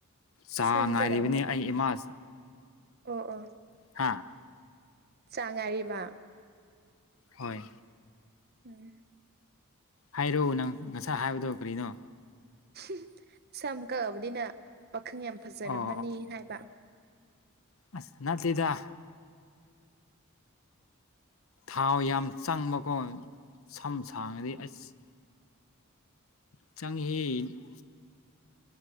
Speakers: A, on the left; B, on the right.
A: ꯆꯥ
B: ꯁꯝ
A: ꯉꯥꯏꯔꯤꯕꯅꯤ
B: ꯀꯥꯛꯑꯒ
A: ꯑꯩ ꯏꯃꯥ
B: ꯑꯣ ꯑꯣ
A: ꯍꯥꯥ
B: ꯆꯥꯛ ꯉꯥꯏꯔꯤꯕ
A: ꯍꯣꯏ
B: <unintelligible>
A: ꯍꯥꯏꯔꯛꯑꯣ ꯅꯪ ꯉꯁꯥꯏ ꯍꯥꯏꯕꯗꯣ ꯀꯔꯤꯅꯣ
B: <unintelligible> ꯁꯝ ꯀꯛꯑꯕꯅꯤꯅ ꯄꯥꯈꯪ ꯌꯥꯝ ꯐꯖꯔꯝꯃꯅꯤ
A: ꯑꯣ
B: ꯍꯥꯏꯕ
A: ꯑꯥꯁ ꯅꯠꯇꯦꯗ ꯊꯥꯎ ꯌꯥꯝ ꯆꯪꯕꯀꯣ ꯁꯝ ꯁꯥꯡꯉꯗꯤ ꯑꯩꯁ ꯆꯪꯉꯤꯍꯦ